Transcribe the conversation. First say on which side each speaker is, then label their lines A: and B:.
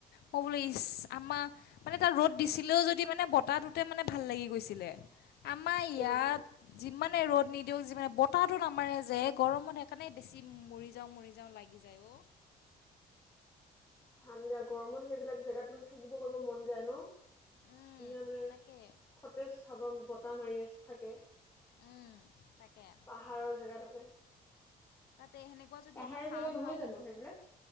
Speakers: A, on the left (about 80°); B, on the left (about 15°).
A: মই বোলে ইচ আমাৰ মানে তাৰ ৰ'দ দিছিলেও যদি থাকি মানে বতাহটোতে ভাল লাগি গৈছিলে আমাৰ
B: হয়
A: ইয়াত
B: নেকি
A: যিমানে ৰদ নি দিয়ক যি মানে বতাহটো নামাৰে যে গৰমত সেইকাৰণে বেছি মৰি যাওঁ মৰি যাওঁ লাগি যায় অ
B: ভাল দিয়া গৰমত সেইবিলাক জেগাত মানে থাকিব কৰিব মন যায় ন।
A: উম,
B: ধুনীয়া মানে
A: তাকে
B: সতেজ হাৱা বতাহ মাৰি আছ থাকে।
A: উম তাকে
B: পাহাৰৰ জেগা তাতে
A: তাতে সেনেকুৱা যদি
B: পাহাৰৰ
A: এটা ফাৰ্ম
B: জেগা নহয়
A: হাউচ
B: জানো সেইবিলাক